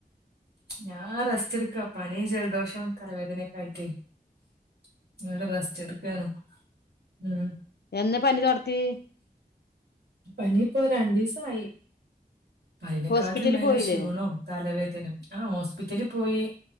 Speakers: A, on the right (about 80°); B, on the left (about 75°).
A: ഞാൻ റെസ്റ്റെട്ക്കാ പനിയും ജലദോഷും തലവേദനേം. <unintelligible> ഈട റെസ്റ്റ് എട്ക്കാണ്. ഉം
B: എന്നാ പനി തൊടത്തി.
A: പനിപ്പോ രണ്ടീസായി. പ്പയിനേക്കാട്ടിലും
B: ഹോസ്പിറ്റലിൽ
A: മേലെ
B: പോയില്ലേ
A: ക്ഷീണോം തലവേദനയും ആഹ് ഹോസ്പിറ്റലിൽ പോയി.